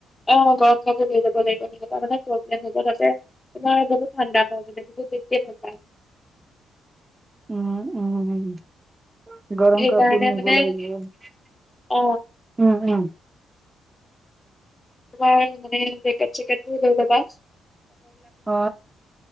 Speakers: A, on the left; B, on the right.
A: অ গৰম কাপোৰ লৈ যাব লাগিব তেনেকুৱা মানে প্ৰব্লেম হব, তাতে তোমাৰ বহুত ঠাণ্ডা হয়। <unintelligible>
B: উম, উম, উ। গৰম
A: সেইকাৰণে
B: কাপোৰ নিব
A: মানে
B: লাগিব,
A: অ
B: উম উম
A: তোমাৰ মানে জেকেট চেকেটবোৰ লৈ যাবা।
B: অ,